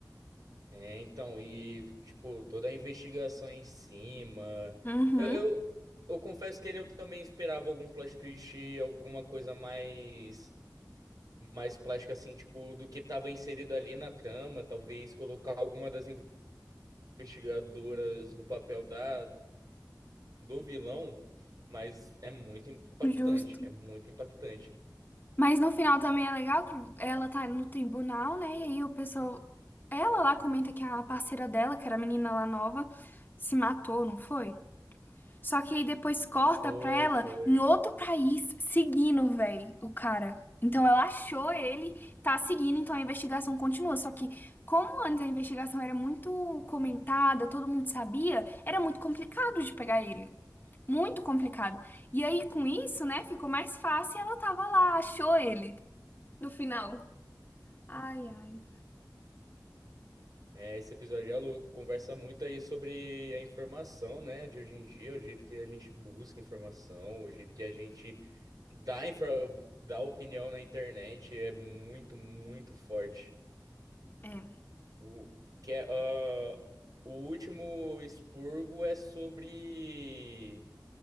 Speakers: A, on the right (about 60°); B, on the left (about 30°).
A: É, então, e, tipo, toda a investigação em cima.
B: Uhum,
A: Eu, eu, eu confesso que ele eu também esperava algum plot twist, alguma coisa mais, mais plástica, assim, tipo, do que estava inserido ali na trama. Talvez colocar alguma das investigadoras no papel da, do vilão, mas é muito impactante,
B: justo.
A: é muito impactante.
B: Mas no final também é legal que ela tá no tribunal, né? E aí o pessoal. Ela lá comenta que a parceira dela, que era a menina lá nova, se matou, não foi? Só que aí depois corta
A: Foi,
B: pra ela
A: foi.
B: em outro país seguindo, véi, o cara. Então ela achou ele, tá seguindo, então a investigação continua. Só que, como antes a investigação era muito comentada, todo mundo sabia, era muito complicado de pegar ele. Muito complicado. E aí, com isso, né, ficou mais fácil e ela tava lá, achou ele no final. Ai, ai.
A: É, esse episódio é louco, conversa muito aí sobre a informação, né, de hoje em dia, o jeito que a gente busca informação, o jeito que a gente dá, infra... dá opinião na internet é muito, muito forte.
B: É.
A: O, que é, ah, o último expurgo é sobre...